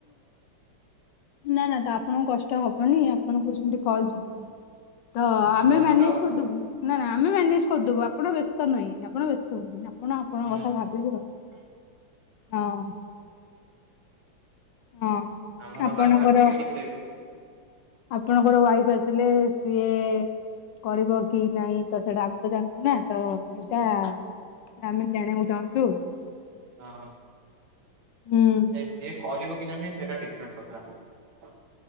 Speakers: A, on the left; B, on the right.
A: ନାଆ ନାହା ତ ଆପଣଙ୍କୁ କଷ୍ଟ ହ <unintelligible> ଆପଣ କଚ ମିଟ କଲ ଯିବନି। ତ ଆମେ
B: ଯିବନି
A: ମ୍ୟାନେଜ
B: ତ
A: କରିଦବୁ, ନା ଆମେ ମ୍ୟାନେଜ କରିଦବୁ, ଆପଣ ବ୍ୟସ୍ତ ନାହିଁ, ଆପଣ ବ୍ୟସ୍ତ ହୁଅନ୍ତୁ ଆପଣ, ଆପଣଙ୍କ
B: ହୁଁ
A: କଥା ଭାବିବେ ଆଉ, ହଁ। ହଁ
B: ଆମରତ।
A: ଆପଣଙ୍କର
B: <inaudible>
A: ଆପଣଙ୍କର ୱାଇଫ ଆସିଲେ ସିଏ। କରିବ କି ନାଇଁ ତ, ସେଇଟା ଆମେ ତ ଜାଣିନୁ ନା ତ ସେଇଟା। ଆମେ ଜାଣିବାକୁ ଚାହୁଁଛୁ।
B: ହଁ।
A: ହୁଁ।
B: ସେ ସିଏ କରିବକି ନାଇଁ ସେଟା ଡିଫରେଣ୍ଟ କଥା।